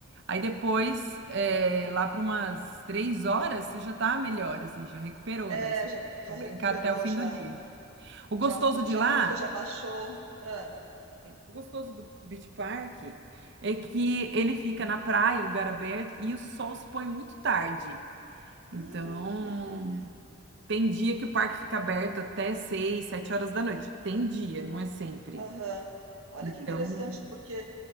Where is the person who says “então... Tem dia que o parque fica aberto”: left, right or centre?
Right